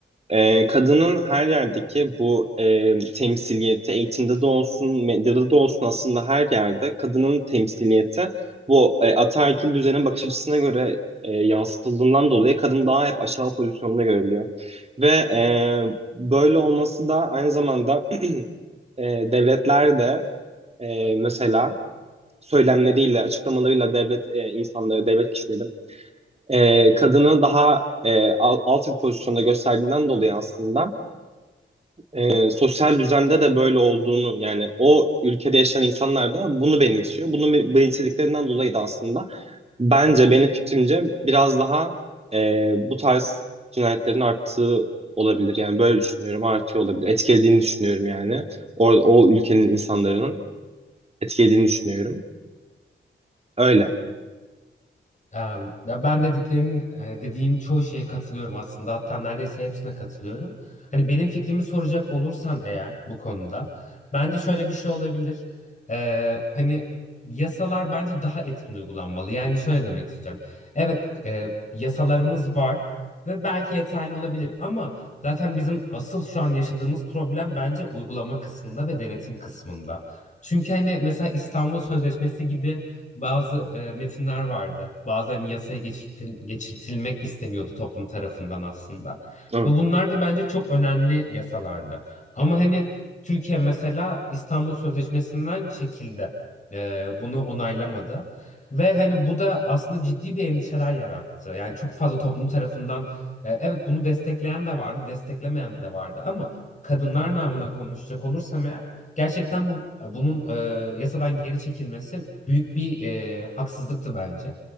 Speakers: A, on the right; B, on the left.
A: ee, kadının her yerdeki bu e, temsiliyeti eğitimde de olsun, medyada da olsun aslında her yerde kadının temsiliyeti bu e, ataerkil düzenin bakış açısına göre e, yansıtıldığından dolayı kadın daha hep aşağı pozisyonda görülüyor. Ve e, böyle olması da aynı zamanda <clears throat> e, devletler de e, mesela söylemleriyle, açıklamalarıyla devlet e, insanları, devlet kişileri e, kadını daha e, al- alt bir pozisyonda gösterdiğinden dolayı aslında e, sosyal düzende de böyle olduğunu yani o ülkede yaşayan insanlar da bunu benimsiyor. Bunu benimsediklerinden dolayı da aslında bence benim fikrimce biraz daha e, bu tarz cinayetlerin arttığı olabilir. Yani böyle düşünüyorum artıyor olabilir. Etkilediğini düşünüyorum yani. Orada o ülkenin insanların etkilediğini düşünüyorum. Öyle.
B: Em, ya Ben dediklerin e, dediğin çoğu şeye katılıyorum aslında. Hatta neredeyse hepsine katılıyorum. Hani benim fikrimi soracak olursan eğer bu konuda bence şöyle bir şey olabilir. Ee, hani yasalar bence daha etkin uygulanmalı. Yani şöyle demek istiyorum. Evet e, yasalarımız var ve belki yeterli olabilir ama zaten bizim asıl şu an yaşadığımız problem bence uygulama kısmında ve denetim kısmında. Çünkü hani mesela İstanbul Sözleşmesi gibi bazı e, metinler vardı. Bazen yasaya geçirtil, geçirtilmek isteniyordu toplum tarafından aslında.
A: Hı.
B: Ve bunlar da bence çok önemli yasalardı. Ama hani Türkiye mesela İstanbul Sözleşmesi'nden çekildi. E, bunu onaylamadı. Ve hani bu da aslında ciddi bir endişeler yarattı. Yani çok fazla toplum tarafından e, evet bunu destekleyen de vardı, desteklemeyen de vardı ama kadınlar namına konuşacak olursam eğer Gerçekten bu bunun e, yasadan geri çekilmesi büyük bir e, haksızlıktı bence.